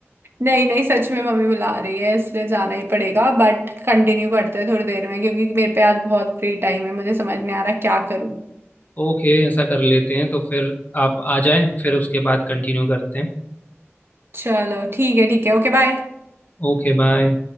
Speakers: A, on the right; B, on the left.
A: नहीं नहीं सच में मम्मी बुला रही है इसलिए जाना ही पड़ेगा बट कंटिन्यू करते हैं थोड़ी देर में क्योंकि मेरे पे आज बहुत फ्री टाइम है मुझे समझ नहीं आ रहा क्या करूं
B: ओके ऐसा कर लेते हैं तो फिर आप आ जाए फिर उसके बाद कंटिन्यू करते हैं
A: चलो ठीक है ठीक है ओके बाय
B: Okay bye